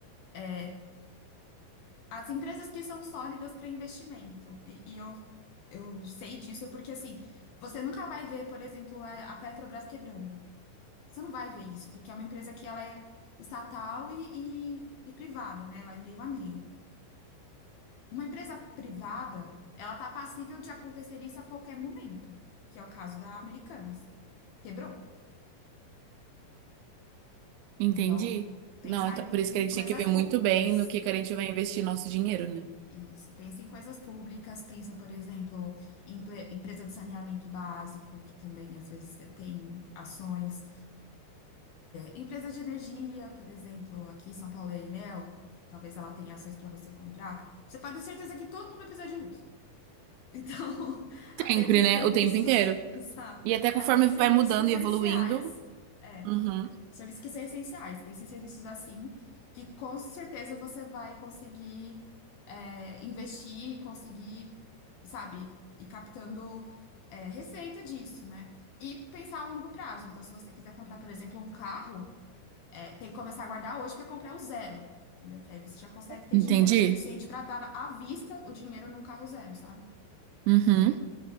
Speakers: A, on the left; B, on the right.
A: É, as empresas que são sólidas para investimento, e, e eu, eu sei disso porque, assim, você nunca vai ver, por exemplo, a a Petrobras quebrando. Você não vai ver isso, porque é uma empresa que ela é estatal e, e- e privada, né? Ela é meio a meio. Uma empresa privada, ela tá passível de acontecer isso a qualquer momento, que é o caso da Americanas. Quebrou.
B: Entendi.
A: Então, pensar
B: Não, então,
A: em,
B: por isso
A: em
B: que a gente
A: coisas
B: tem que ver muito
A: públicas.
B: bem no que que a gente vai investir nosso dinheiro, né?
A: Isso, pensa em coisas públicas, pensa, por exemplo, em empre- empresa de saneamento básico, que também às vezes tem ações empresas de energia, por exemplo, aqui em São Paulo é a Enel, talvez ela tenha ações para você comprar. Você pode ter certeza que todo mundo vai precisar de luz. Então, <laughs> aqueles
B: Sempre, né?
A: serviços,
B: O tempo inteiro.
A: <laughs> exato,
B: E até conforme
A: aqueles serviços
B: vai mudando
A: essenciais,
B: e evoluindo,
A: é,
B: Uhum,
A: serviços que são essenciais, pense em serviços assim, que com certeza você vai conseguir é, investir, conseguir, sabe, ir captando é, receita disso, né? E pensar a longo prazo. Então, se você quiser comprar, por exemplo, um carro é, tem que começar a guardar hoje para comprar o zero, entendeu? Que aí você já consegue ter
B: entendi.
A: dinheiro suficiente para dar à vista o dinheiro num carro zero, sabe?
B: Uhum,